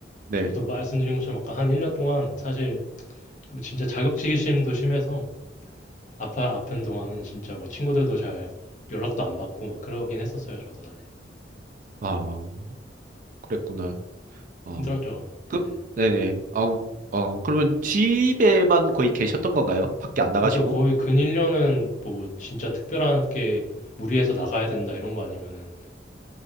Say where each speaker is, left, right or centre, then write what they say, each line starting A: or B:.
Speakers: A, on the right; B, on the left.
A: 네.
B: 저도 말씀드린 것처럼 아까 한 1년 동안 사실 뭐 진짜 자격지심도 심해서 아파, 아픈 동안은 진짜 뭐 친구들도 잘 연락도 안 받고 막 그러긴 했었어요. 저도 사실.
A: 아, 그랬구나. 어.
B: 힘들었죠.
A: 그,
B: 네.
A: 네네. 어, 어, 그러면 집에만 거의 계셨던 건가요? 밖에 안 나가시고?
B: 그죠. 거의 근일년은 뭐 진짜 특별하게 무리해서 나가야 된다 이런 거 아니면은